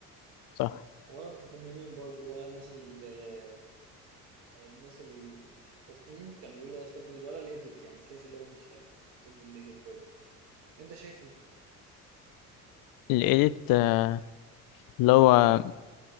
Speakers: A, on the left; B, on the right.
A: صح
B: ولا المصممين برضه ولا الناس اللي الناس اللي في التصميم كانوا بيقولوا هو استبدل ولا الايديت يعني شايف اللي هو مش هيستبدل الايديت برضه انت شايف ايه؟
A: الايديت آه، اللي هو